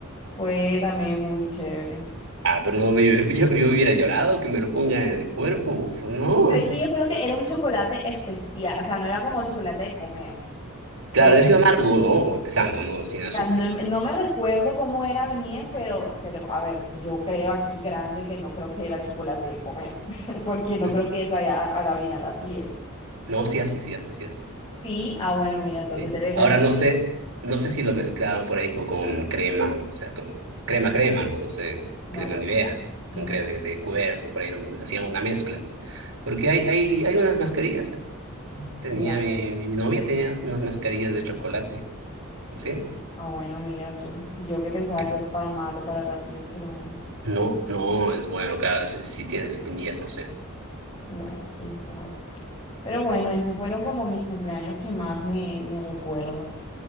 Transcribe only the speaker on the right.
Ah, pero no, yo, yo- yo hubiera llorado que me lo pongan en el cuerpo. Pues no.
Claro,
he sido amargo, ¿no? Empezando, ¿no? Sin azúcar.
<laughs>
No, sí hace, sí hace, sí hace.
Sí.
Ahora
no sé, no sé si lo mezclaban por ahí co- con, crema, o sea, con crema, crema, ¿no? No sé,
crema Nivea,
con crema de, de cuerpo, por ahí lo- hacían una mezcla. Porque hay, hay, hay unas mascarillas, ¿eh? tenía
mi, mi, mi novia tenía unas mascarillas de chocolate, ¿sí?
Que
no, no es bueno, claro, si, si tienes espinillas, no sé.